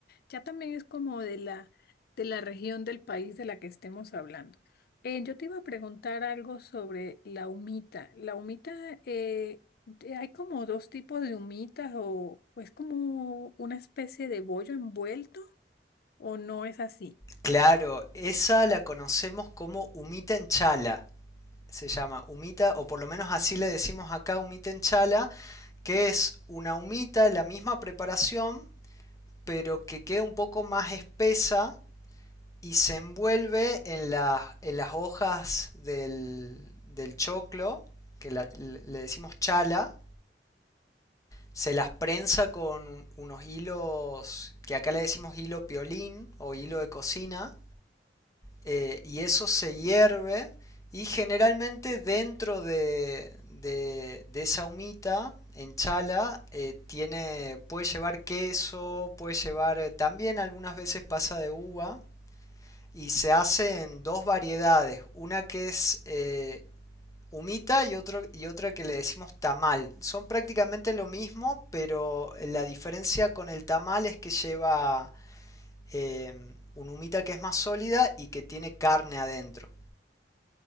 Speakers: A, on the left (about 60°); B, on the left (about 20°).
A: Ya también es como de la, de la región del país de la que estemos hablando. Eh, yo te iba a preguntar algo sobre la humita. La humita eh, eh, Hay como dos tipos de humitas o, o es como una especie de bollo envuelto o no es así.
B: Claro, esa la conocemos como humita en chala, se llama humita, o por lo menos así le decimos acá humita en chala, que es una humita, la misma preparación, pero que queda un poco más espesa y se envuelve en, la- en las hojas del, del choclo, que la- le decimos chala, se las prensa con unos hilos, que acá le decimos hilo piolín o hilo de cocina, eh, y eso se hierve y generalmente dentro de, de, de esa humita en chala eh, tiene, puede llevar queso, puede llevar eh, también algunas veces pasa de uva y se hace en dos variedades, una que es eh, humita y, otro, y otra que le decimos tamal. Son prácticamente lo mismo, pero la diferencia con el tamal es que lleva eh, un humita que es más sólida y que tiene carne adentro.